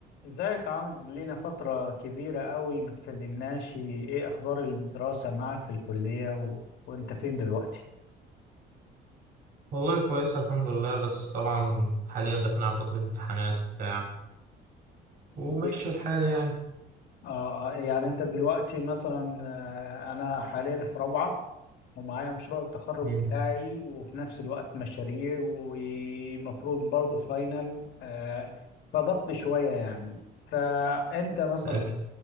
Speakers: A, on the left; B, on the right.
A: ازيك يا عمرو لينا فترة كبيرة قوي ما اتكلمناش ايه اخبار الدراسة معك في الكلية و... وانت فين دلوقتي
B: والله كويسة الحمد لله بس طبعا حاليا داخلين على فترة امتحانات بتاع وماشي
A: وب-
B: الحال يعني
A: اه آه، يعني انت دلوقتي مثلا آه، انا حاليا في رابعة ومعايا مشروع التخرج
B: مم.
A: بتاعي وفي نفس الوقت مشاريع ومفروض برضه فاينل آه، فضغط شوية يعني فأنت مثلا
B: لكن-